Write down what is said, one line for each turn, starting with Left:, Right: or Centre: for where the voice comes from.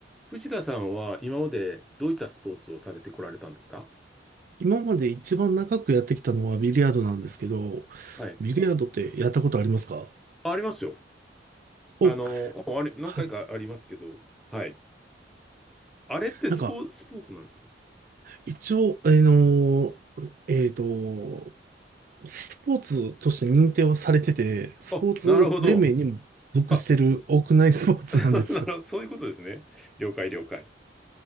Centre: 藤田さんは今までどういったスポーツをされてこられたんですか
Right: 今まで一番長くやってきたのはビリヤードなんですけど、
Centre: はい。
Right: ビリヤードってやったことありますか
Centre: あ、ありますよ。
Right: お、
Centre: あの、あれ、何回かありますけど、
Right: はい。
Centre: はい。あれってスポーツ、
Right: なんか、
Centre: スポーツなんですか
Right: 一応、あのー、えっと、スポーツとして認定はされてて、スポーツ連盟にも属してる屋内スポーツなんですよ。
Centre: あ、なるほど。あ、そ、<laughs> なるほど、そういうことですね。了解、了解。